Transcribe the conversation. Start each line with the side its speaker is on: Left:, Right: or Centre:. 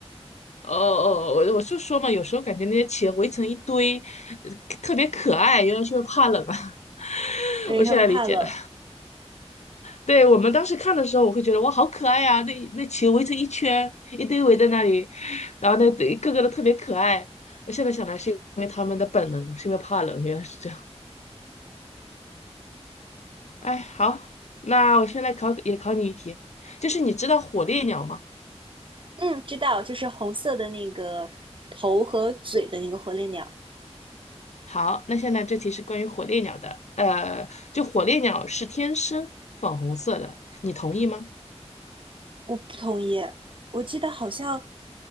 Left: 哦哦，我我就说嘛，有时候感觉那些企鹅围成一堆，呃特别可爱，原来是因为怕冷啊。<laughs>
Right: 因为它们怕冷。
Left: 我现在理解了。对，我们当时看的时候，我会觉得哇，好可爱呀、那那球围成一圈，一堆围在那里，然后那一个个都特别可爱。我现在想来是因为他们的本能，是因为怕冷，原来是这样。哎，好，那我现在考也考你一题，就是你知道火烈鸟吗？
Right: 嗯，知道，就是红色的那个头和嘴的那个火烈鸟。
Left: 好，那现在这题是关于火烈鸟的。呃，就火烈鸟是天生粉红色的，你同意吗？
Right: 我不同意。我记得好像，